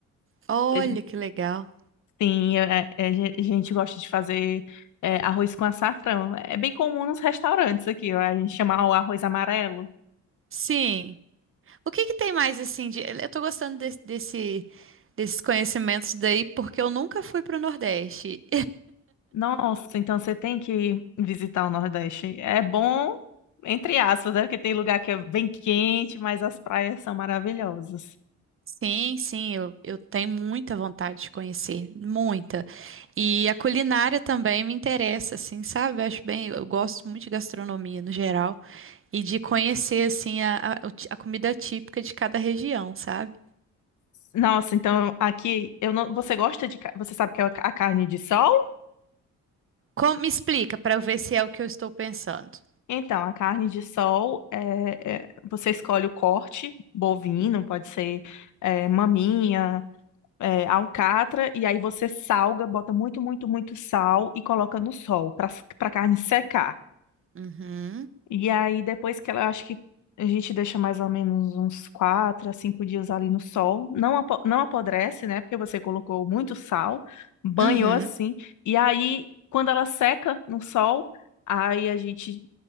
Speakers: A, on the right; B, on the left.
A: Olha
B: Seja-
A: que legal.
B: Sim, é- é- é, a gente gosta de fazer é, arroz com açafrão. É bem comum nos restaurantes aqui, ó, a gente chama o arroz amarelo.
A: Sim. O que que tem mais assim de... Eu tô gostando desse, desse- desses conhecimentos daí porque eu nunca fui pro Nordeste.
B: Nossa, então você tem que visitar o Nordeste. É bom, entre aspas, né? Porque tem lugar que é bem quente, mas as praias são maravilhosas.
A: Sim, sim, eu, eu tenho muita vontade de conhecer, muita. E a culinária também me interessa, assim, sabe? Eu acho bem, eu gosto muito de gastronomia no geral e de conhecer assim a, a, o ti- a comida típica de cada região, sabe?
B: Nossa, então aqui eu não. Você gosta de. ca- Você sabe que é a a carne de sol?
A: Como, me explica para eu ver se é o que eu estou pensando.
B: Então, a carne de sol é, é- você escolhe o corte bovino, pode ser é, maminha, é, alcatra, e aí você salga, bota muito, muito, muito sal e coloca no sol para para a carne secar.
A: Uhum,
B: E aí, depois que ela, eu acho que a gente deixa mais ou menos uns quatro a cinco dias ali no sol. Não, apo- não apodrece, né? Porque você colocou muito sal, banhou
A: uhum,
B: assim. E aí, quando ela seca no sol, aí a gente